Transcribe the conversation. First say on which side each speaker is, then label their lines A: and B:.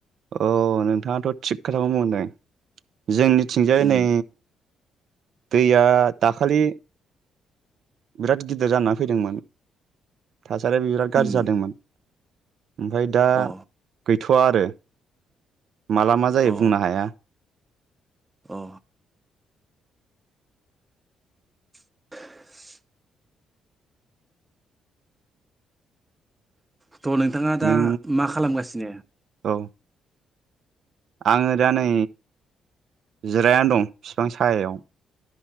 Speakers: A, on the right; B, on the right.
A: अ नोंथाङाथ' थिग खोथाखौनो बुंदों जोंनिथिंजाय
B: उम
A: नै दैया दाखालि बिराद गिदिर जानानै फैदोंमोन। थासारियाबो बिराद
B: उम
A: गाज्रि जादोंमोन। ओमफ्राय दा
B: अ
A: गैथ'वा आरो माला मा जायो
B: अ
A: बुंनो हाया।
B: अ <inaudible> थ' नोंथाङा दा
A: नों
B: मा खालामगासिनो?
A: औ आङो दा नै जिरायना दं बिफां सायायाव।